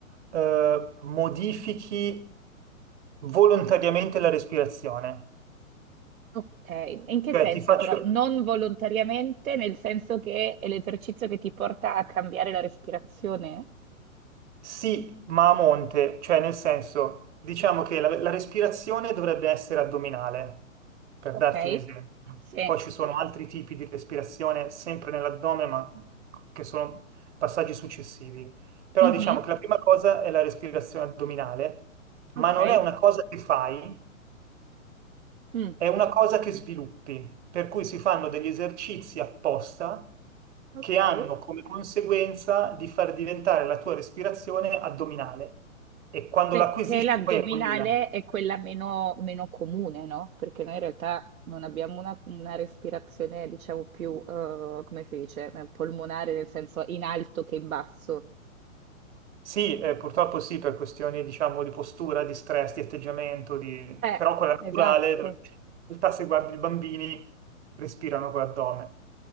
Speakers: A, on the right; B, on the right.
A: eh, modifichi volontariamente la respirazione.
B: okay. In che
A: Cioè,
B: senso
A: ti faccio
B: però? Non volontariamente, nel senso che è l'esercizio che ti porta a cambiare la respirazione?
A: sì, ma a monte, cioè nel senso, diciamo che la, la respirazione dovrebbe essere addominale, per
B: Okay.
A: darti un esempio.
B: Sì.
A: Poi ci sono altri tipi di respirazione sempre nell'addome, ma che sono passaggi successivi. Però
B: Mh-mh.
A: diciamo che la prima cosa è la respirazione addominale, ma
B: Okay.
A: non è una cosa che fai.
B: Mh.
A: È una cosa che sviluppi, per cui si fanno degli esercizi apposta
B: Okay.
A: che hanno come conseguenza di far diventare la tua respirazione addominale. E quando
B: Perché
A: l'acquisisci,
B: l'addominale
A: poi è quella.
B: è quella meno meno comune, no, perché noi in realtà non abbiamo una una respirazione diciamo più, uhm, come si dice, ehm, polmonare, nel senso in alto che in basso.
A: Sì, eh, purtroppo sì, per questioni, diciamo, di postura, di stress, di atteggiamento, di...
B: Eh,
A: però quella naturale,
B: esatto,
A: dove in realtà se guardi i bambini, respirano con l'addome,